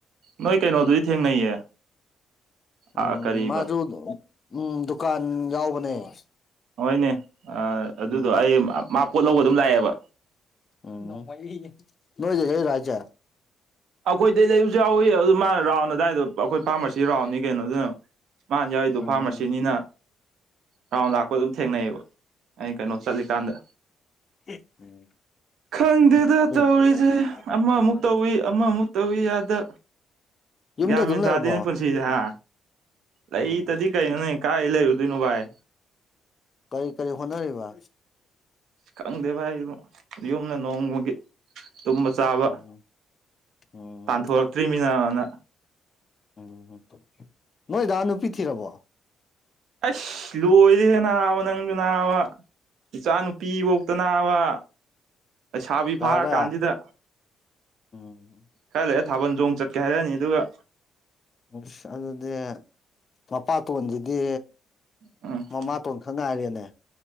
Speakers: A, on the right; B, on the left.
A: ꯅꯣꯏ ꯀꯩꯅꯣꯗꯨꯗꯤ ꯊꯦꯡꯅꯩꯌꯦ
B: ꯎꯝ
A: ꯑꯥ ꯀꯔꯤꯕ
B: <unintelligible> ꯎꯝ ꯗꯨꯀꯥꯟ ꯌꯥꯎꯕꯅꯦ
A: ꯍꯣꯏꯅꯦ ꯑ ꯑꯗꯨꯗꯣ
B: ꯎꯝ
A: ꯑꯩ ꯃꯥ ꯄꯣꯠ ꯂꯧꯕ ꯑꯗꯨꯝ ꯂꯥꯛꯑꯦꯕ
B: ꯑꯣ ꯅꯧꯃꯟꯂꯤꯌꯦ ꯅꯣꯏꯗ ꯍꯦꯛꯏꯔ ꯍꯥꯏꯖꯦ
A: ꯑꯈꯣꯏꯗꯩ ꯂꯩꯕꯁꯨ ꯌꯥꯎꯏ ꯑꯗꯨ ꯃꯥꯅ ꯔꯥꯎꯟ ꯑꯗꯨꯗꯥꯏꯗꯣ ꯑꯈꯣꯏ ꯐꯥꯔꯃꯥꯁꯤ ꯔꯥꯎꯟꯅꯤ ꯀꯩꯅꯣ ꯑꯗꯨꯅ ꯃꯥꯅ ꯌꯥꯎꯔꯤꯗꯣ
B: ꯎꯝ
A: ꯐꯥꯔꯃꯥꯁꯤꯅꯤꯅ ꯔꯥꯎꯟ ꯂꯥꯛꯄ ꯑꯗꯨꯝ ꯊꯦꯡꯅꯩꯌꯦꯕ ꯑꯩꯅ ꯀꯩꯅꯣ ꯆꯠꯂꯤꯀꯥꯟꯗ
B: <unintelligible>
A: ꯈꯪꯗꯦꯗ ꯇꯧꯔꯤꯁꯦ ꯑꯃꯃꯨꯛ ꯇꯧꯏ ꯑꯃꯃꯨꯛ ꯇꯧꯏ ꯌꯗꯥ
B: ꯌꯨꯝꯗ
A: ꯒ꯭ꯌꯥꯟꯃꯦꯟ
B: ꯑꯗꯨꯝ ꯂꯩꯔꯕꯣ
A: ꯇꯥꯗꯦꯅꯦ ꯄꯨꯟꯁꯤꯖꯦ ꯍꯥ ꯂꯩꯇꯗꯤ
B: ꯎꯝ
A: ꯀꯩꯅꯣꯅꯦ ꯀꯥꯏ ꯂꯩꯔꯨꯗꯣꯏꯅꯣ ꯚꯥꯏ
B: ꯀꯔꯤ ꯀꯔꯤ ꯍꯣꯠꯅꯔꯤꯕ
A: ꯈꯪꯗꯦ ꯚꯥꯏ ꯏꯕꯣ ꯌꯨꯝꯗ ꯅꯣꯡꯃꯒꯤ ꯇꯨꯝꯕ ꯆꯥꯕ
B: ꯎꯝ ꯎꯝ
A: ꯇꯥꯟꯊꯣꯔꯛꯇ꯭ꯔꯤꯃꯤꯅꯅ
B: ꯎꯝ ꯅꯣꯏ ꯗꯥ ꯅꯨꯄꯤ ꯊꯤꯔꯕꯣ
A: ꯑꯩꯁ ꯂꯣꯏꯔꯍꯦ ꯅꯥꯕ ꯅꯪꯁꯨ ꯅꯥꯕ ꯏꯆꯥ ꯅꯨꯨꯄꯤꯕꯧꯇꯅꯥꯕ ꯂꯩꯁꯥꯕꯤ
B: ꯆꯥꯎꯔꯦ
A: ꯐꯥꯔ ꯀꯥꯟꯖꯤꯗ
B: ꯎꯝ
A: ꯈꯔ ꯂꯩ ꯊꯥꯕꯜ ꯆꯣꯡ ꯆꯠꯀꯦ ꯍꯥꯏꯔꯅꯤ ꯑꯗꯨꯒ
B: ꯑꯁ ꯑꯗꯨꯗꯤ ꯃꯄꯥꯇꯣꯟꯗꯨꯗꯤ
A: ꯎꯝ
B: ꯃꯃꯥꯇꯣꯟ ꯈꯛ ꯉꯥꯏꯔꯦꯅꯦ